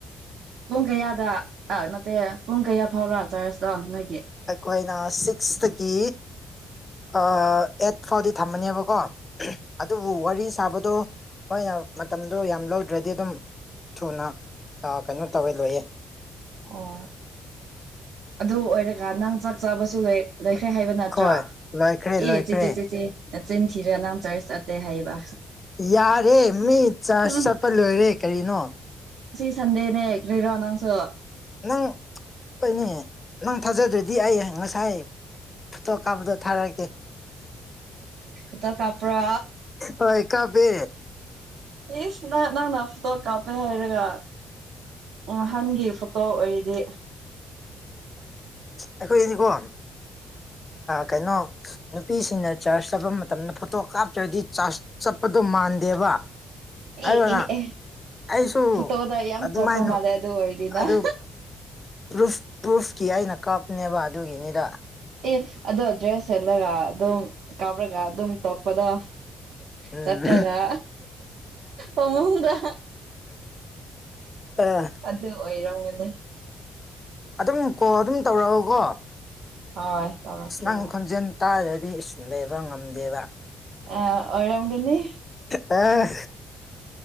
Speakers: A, on the right; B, on the left.
A: ꯄꯨꯡ ꯀꯌꯥꯗ ꯅꯠꯇꯦ ꯄꯨꯡ ꯀꯌꯥ ꯐꯥꯎꯔ ꯆꯥꯔꯁꯇꯣ ꯅꯣꯏꯒꯤ
B: ꯑꯩꯈꯣꯏꯅ ꯁꯤꯛꯁꯇꯒꯤ ꯑꯩꯠ ꯐꯥꯎꯗꯤ ꯊꯝꯃꯅꯦꯕꯀꯣ ꯑꯗꯨꯕꯨ ꯋꯥꯔꯤ ꯁꯥꯕꯗꯣ ꯃꯣꯏꯅ ꯃꯇꯝꯗꯣ ꯌꯥꯝ ꯂꯧꯗ꯭ꯔꯗꯤ ꯑꯗꯨꯝ ꯊꯨꯅ ꯀꯩꯅꯣ ꯇꯧꯋꯦ ꯂꯣꯏꯌꯦꯦ
A: ꯑꯣ ꯑꯗꯨ ꯑꯣꯏꯔꯒ ꯅꯪ ꯆꯥꯛ ꯆꯥꯕꯁꯨ ꯂꯣꯏ ꯂꯣꯏꯈ꯭ꯔꯦ ꯍꯥꯏꯕ ꯅꯠꯇ꯭ꯔꯣ
B: ꯍꯣꯏ ꯂꯣꯏꯈ꯭ꯔꯦ
A: ꯑꯦ
B: ꯂꯣꯏꯈ꯭ꯔꯦ
A: ꯆꯦꯆꯦ ꯆꯦꯆꯦ ꯆꯤꯟꯈꯤꯔꯒ ꯅꯪ ꯆꯥꯔꯁ ꯆꯠꯠꯇꯦ ꯍꯥꯏꯌꯦꯕ
B: ꯌꯥꯔꯦ ꯃꯤ ꯆꯠꯄ
A: ꯎꯝ
B: ꯂꯣꯏꯔꯦ ꯀꯔꯤꯅꯣ
A: ꯁꯟꯗꯦꯅꯦꯔꯤ ꯔꯣꯅꯥꯪꯁꯨ
B: ꯅꯪ ꯀꯅꯤ ꯅꯪ ꯊꯥꯖꯗ꯭ꯔꯗꯤ ꯑꯩ ꯍꯥꯏ ꯉꯁꯥꯏ ꯐꯣꯇꯣ ꯀꯥꯞꯄꯗꯣ ꯊꯥꯔꯛꯀꯦ
A: ꯍꯥꯗ ꯀꯄ꯭ꯔ
B: ꯍꯣꯏ ꯀꯥꯞꯄꯦ
A: ꯑꯦ ꯏꯁꯅ ꯅ ꯅꯇ ꯀꯞ ꯩ ꯍꯥꯏꯔꯒ ꯅꯍꯥꯟꯒꯤ ꯐꯣꯇꯣ ꯑꯣꯏꯔꯤꯗꯤ
B: ꯑꯩꯈꯣꯏ ꯏꯅꯤꯀꯣ ꯀꯩꯅꯣ ꯅꯨꯄꯤꯁꯤꯡꯅ ꯆꯥꯔꯖ ꯆꯠꯄ ꯃꯇꯝꯗ ꯐꯣꯇꯣ ꯀꯥꯞꯇ꯭ꯔꯗꯤ ꯆꯥꯔꯖ ꯆꯠ ꯑꯗꯣ ꯃꯥꯟꯗꯦꯕ
A: ꯑꯦ
B: ꯑꯗꯨꯒ
A: ꯑꯦ ꯑꯦ
B: ꯑꯩꯁꯨ
A: ꯐꯣꯇꯣꯗ ꯌꯥꯝ
B: ꯑꯗꯨꯃꯥꯏꯅ
A: ꯆꯣꯞꯄ ꯃꯥꯜꯂꯦ ꯑꯗꯨ ꯑꯣꯏꯔꯗꯤ ꯅꯪ
B: ꯑꯗꯨ ꯄ꯭ꯔꯨꯐ ꯄ꯭ꯔꯨꯐꯀꯤ ꯑꯩꯅ ꯀꯥꯞꯅꯦꯕ ꯑꯗꯨꯒꯤꯅꯤꯗ
A: ꯑꯦ ꯑꯗꯣ ꯗ꯭ꯔꯦꯁ ꯁꯦꯠꯂꯒ ꯑꯗꯨꯝ ꯀꯥꯞꯔꯒ ꯑꯗꯨꯝ ꯇꯣꯛꯄꯗ
B: ꯎꯝ
A: ꯆꯠꯠꯇꯒ ꯑꯣ ꯃꯗ
B: ꯑꯦ
A: ꯑꯗꯨꯗ ꯑꯣꯏꯔꯣꯒꯅꯦ
B: ꯑꯗꯨꯝ ꯀꯣ ꯑꯗꯨꯝ ꯇꯧꯔꯛꯑꯣꯀꯣ
A: ꯍꯣꯏ ꯇꯧꯔꯛꯀꯦ
B: ꯏꯁꯅꯥꯥꯡ
A: ꯍꯣꯏ
B: ꯈꯣꯟꯖꯦꯜ ꯇꯥꯔꯗꯤ ꯏꯁ ꯂꯩꯕ ꯉꯝꯗꯦꯕ
A: ꯑꯥ ꯑꯣꯔꯒꯅꯤ
B: ꯑꯦ